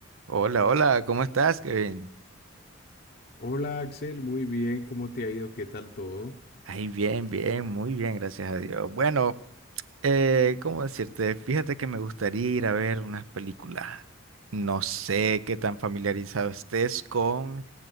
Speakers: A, on the right; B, on the left.
A: Hola, hola, ¿cómo estás, Kevin?
B: Hola Axel, muy bien, ¿cómo te ha ido? ¿Qué tal todo?
A: Ay, bien, bien, muy bien, gracias a Dios. Bueno, eh, ¿cómo decirte? Fíjate que me gustaría ir a ver unas películas. No sé qué tan familiarizado estés con